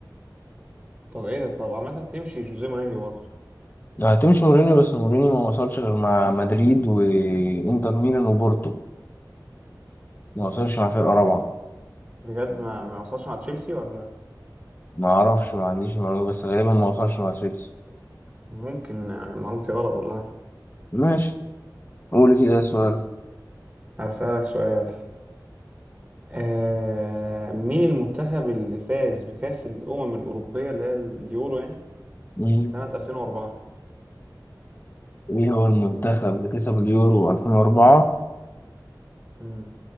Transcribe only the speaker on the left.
هتمشي مورينيو بس مورينيو ما وصلش غير مع مدريد وانتر ميلان وبورتو ما وصلش مع فرقة رابعة
ما اعرفش ما عنديش معلومة بس غالبا ما وصلش مع سويسرا
ماشي قول كده سؤال
مم.
ايه هو المنتخب اللي كسب اليورو 2004